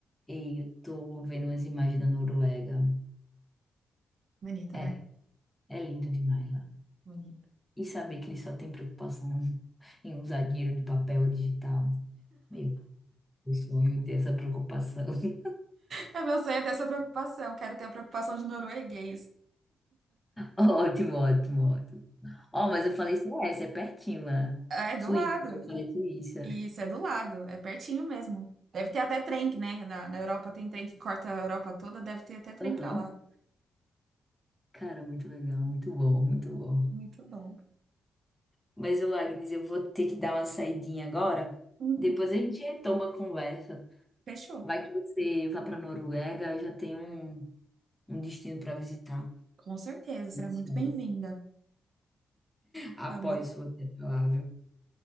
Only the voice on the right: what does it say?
Bonito, né?
Bonito. <laughs>
É meu sonho é ter essa preocupação, quero ter a preocupação de norueguês.
É, do
lado.
E Isso é do lado, é pertinho mesmo. Deve ter até trem, né? Na, na Europa tem trem que corta a Europa toda, deve ter até trem
pra lá.
Muito bom.
Uhum.
Fechou.
Com certeza, será
muito
bem-vinda.
Tá bom?